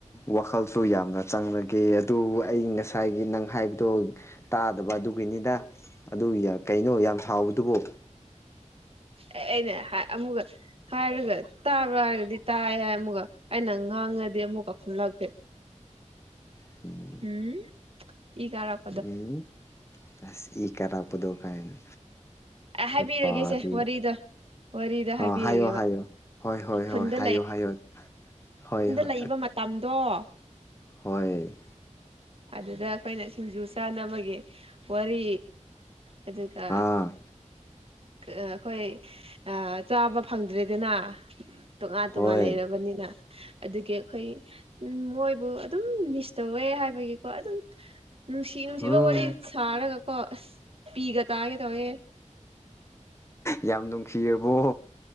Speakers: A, on the left; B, on the right.
A: ꯋꯥꯈꯜꯁꯨ ꯌꯥꯝꯅ ꯆꯪꯂꯒꯦ ꯑꯗꯨ ꯑꯩ ꯉꯁꯥꯏ ꯉꯁꯥꯏꯒꯤ ꯅꯪ ꯍꯥꯏꯕꯗꯣ ꯇꯥꯗꯕ ꯑꯗꯨꯒꯤꯅꯤꯗ ꯑꯗꯨ ꯌꯥꯝ ꯀꯩꯅꯣ ꯌꯥꯝ ꯁꯥꯎꯕꯗꯨꯕꯣ
B: ꯑꯦ ꯑꯩꯅ ꯍꯥꯏ ꯑꯃꯨꯛꯀ ꯍꯥꯏꯔꯒ ꯇꯥꯕ꯭ꯔꯥ ꯍꯥꯏꯔꯒꯗꯤ ꯇꯥꯏ ꯍꯥꯏ ꯑꯃꯨꯛꯀ ꯑꯩꯅ ꯉꯥꯡꯉꯗꯤ ꯑꯃꯨꯛꯀ ꯈꯨꯝꯂꯛꯇꯦ
A: <unintelligible>
B: ꯎꯝ ꯏ ꯀꯔꯛ
A: ꯎꯝ ꯑꯁ ꯏ ꯀꯔꯄꯗꯣ ꯀꯥꯏꯅ
B: ꯍꯥꯏꯕꯤꯔꯒꯦꯁꯦ
A: ꯍꯩ ꯄꯗꯤ
B: ꯋꯥꯔꯤꯗꯣ ꯋꯥꯔꯤꯗꯣ ꯍꯥꯏꯕꯤꯔꯒꯦꯕ
A: ꯑ ꯍꯥꯏꯑꯣ ꯍꯥꯏꯑꯣ ꯍꯣꯏ ꯍꯣꯏ
B: ꯈꯨꯟꯗ
A: ꯍ ꯍꯥꯏꯑꯣ ꯍꯥꯏꯑꯣ ꯍ ꯍ
B: ꯂꯩꯏꯕ ꯃꯇꯝꯗꯣ
A: ꯍꯣꯏ
B: ꯑꯗꯨꯗ ꯑꯩꯈꯣꯏꯅ ꯁꯤꯡꯖꯨ ꯆꯥꯅꯕꯒꯤ ꯋꯥꯔꯤ ꯑꯗꯨꯒ
A: ꯑꯥ
B: ꯑ ꯑꯩꯈꯣꯏ ꯆꯥꯕ ꯐꯪꯗ꯭ꯔꯦꯗꯅ ꯇꯣꯉꯥꯟ ꯇꯣꯉꯥꯟ
A: ꯍꯣꯏ
B: ꯂꯩꯔꯕꯅꯤꯅ ꯑꯗꯨꯒꯤ ꯑꯩꯈꯣꯏ ꯎ ꯃꯣꯏꯕꯨ ꯑꯗꯨꯝ ꯃꯤꯁ ꯇꯧꯋꯦ ꯍꯥꯏꯕꯒꯤ ꯀꯣ ꯑꯗꯨꯝ ꯅꯨꯡꯁꯤ ꯅꯨꯡꯁꯤꯕ
A: ꯍꯨꯝ
B: ꯋꯥꯔꯤ ꯁꯥꯔꯒ ꯀꯣ ꯑꯁ ꯄꯤꯒ ꯇꯥꯒꯦ ꯇꯧꯋꯦ
A: ꯌꯥꯝ ꯅꯨꯡꯁꯤꯔꯕꯣ